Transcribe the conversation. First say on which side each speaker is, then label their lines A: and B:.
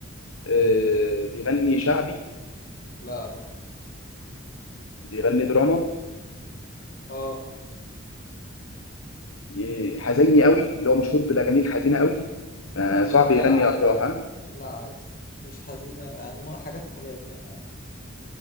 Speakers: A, on the left (about 80°); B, on the left (about 40°).
A: آه، بيغني شعبي
B: لا لا
A: بيغني دراما
B: اه
A: إيه، حزيني قوي اللي هو مشهور بالاغاني الحزينه قوي آه،
B: لا
A: صعب يغني
B: لا عادي
A: افراح
B: يعني
A: آه،
B: لا عادي مش حزين أوي. يعني نوع- حاجات وحاجات يعني